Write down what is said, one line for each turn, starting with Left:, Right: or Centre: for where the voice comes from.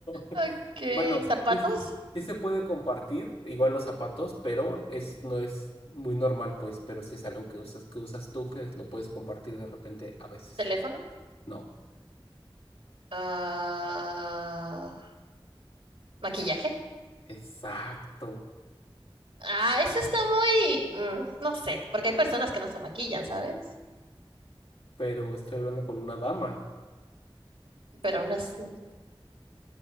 Left: <laughs>
Right: Ok,
Left: Bueno,
Right: zapatos,
Left: sí, sí se puede compartir, igual los zapatos, pero es, no es muy normal, pues, pero sí es algo que usas, que usas tú, que lo puedes compartir de repente a veces.
Right: teléfono,
Left: No,
Right: ah, maquillaje.
Left: exacto.
Right: Ah, eso está muy, mm, no sé, porque hay personas que no se maquillan, ¿sabes?
Left: Pero estoy hablando con una dama.
Right: Pero aún así,